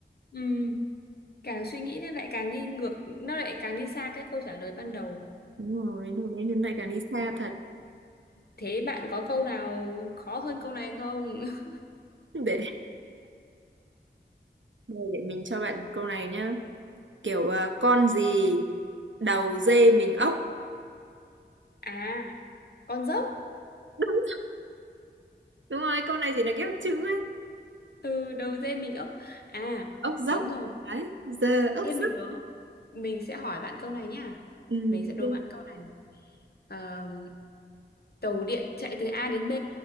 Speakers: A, on the left; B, on the right.
A: Ừ, càng suy nghĩ nó lại càng đi ngược, nó lại càng đi xa cái câu trả lời ban đầu.
B: Đúng rồi, lúc đấy mình lại càng đi xa thật. <laughs>
A: Thế bạn có câu nào khó hơn câu này không? <laughs>
B: Để để, để mình cho bạn câu này nhá. Kiểu à, con gì đầu dê mình ốc.
A: À, Con dốc.
B: Đúng, đúng rồi, câu này chỉ là ghép chữ ấy.
A: ừ đầu dê mình ốc à
B: Ốc dốc.
A: đúng rồi
B: Đấy, giờ ốc
A: thế mình
B: dốc.
A: có mình sẽ hỏi bạn câu này nhá
B: Ừ,
A: mình sẽ đố
B: ok.
A: bạn câu này Ờm, tàu điện chạy từ A đến B